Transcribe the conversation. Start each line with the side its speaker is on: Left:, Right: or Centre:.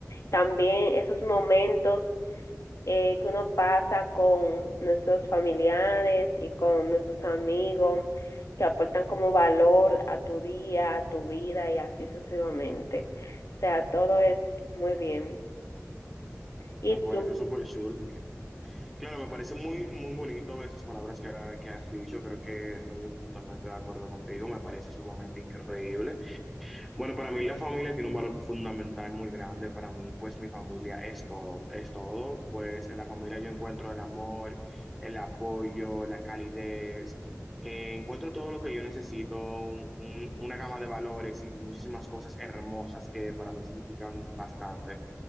Left: También esos momentos eh, que uno pasa con nuestros familiares y con nuestros amigos que aportan como valor a tu día, a tu vida y así sucesivamente. O sea, todo es muy bien. Y
Centre: Me parece
Left: tú,
Centre: súper chulo. que- Claro, me parece muy, muy bonito esas palabras que, ha- que has dicho. Creo que estoy totalmente de acuerdo contigo. Me parece sumamente increíble. Bueno, para mí la familia tiene un valor fundamental muy grande. Para mí, pues mi familia es todo, es todo. Pues en la familia yo encuentro el amor, el apoyo, la calidez. Eh, encuentro todo lo que yo necesito, un- un- una gama de valores y muchísimas cosas hermosas que para mí significan bastante.